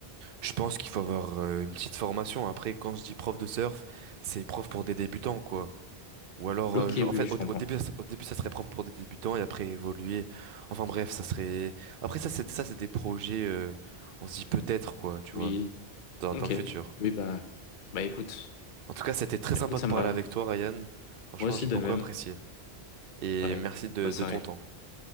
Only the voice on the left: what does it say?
Ok,
oui,
oui,
je
comprends.
Oui,
ok.
Oui, bah, bah écoute,
bah,
écoute, ça
m'a.
Moi aussi
de
même.
Pareil.
Bonne soirée.